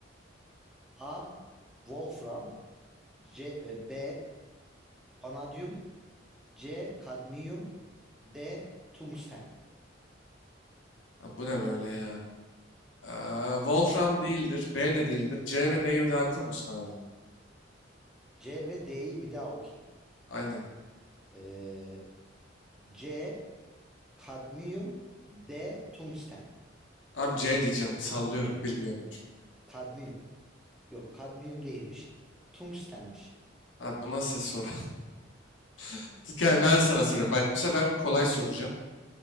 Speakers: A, in the centre; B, on the left.
A: A. Wolfram C, e, B. Vanadyum C. Kadmiyum D. Tungsten
B: Ha, bu ne böyle ya? Aa, Wolfram değildir. B de değildir. C ve D'yi bir daha okur musun abi?
A: C ve D'yi bir daha okuyayım.
B: Aynen.
A: Ee, C. Kadmiyum D. Tungsten
B: Abi C diyeceğim. Sallıyorum. Bilmiyorum çünkü.
A: Kadmiyum Yok kadmiyum değilmiş. Tungstenmiş.
B: Abi bu nasıl soru? <laughs> Gel Ben sana soruyorum. Bak bu sefer kolay soracağım.